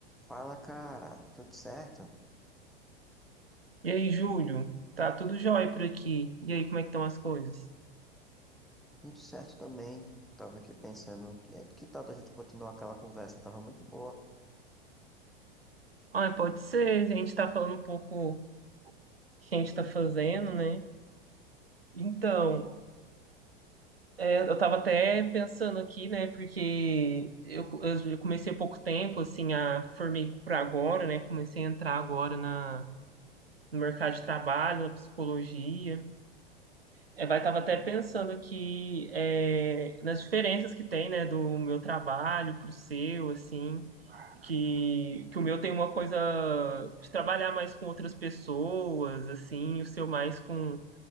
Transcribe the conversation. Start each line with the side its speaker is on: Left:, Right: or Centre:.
Centre: Fala, cara, tudo certo?
Right: E aí, Júlio? Tá tudo jóia por aqui. E aí, como é que estão as coisas?
Centre: Tudo certo também. Tava aqui pensando, que, que tal da gente continuar aquela conversa? Tava muito boa.
Right: Ah, pode ser. A gente tá falando um pouco o que a gente tá fazendo, né? Então, é, eu tava até pensando aqui, né? Porque eu, eu comecei há pouco tempo, assim, a formei por agora, né? Comecei a entrar agora na, no mercado de trabalho, na psicologia. É, vai, tava até pensando aqui é, nas diferenças que tem, né? Do meu trabalho pro seu, assim. que, que o meu tem uma coisa de trabalhar mais com outras pessoas, assim, e o seu mais com,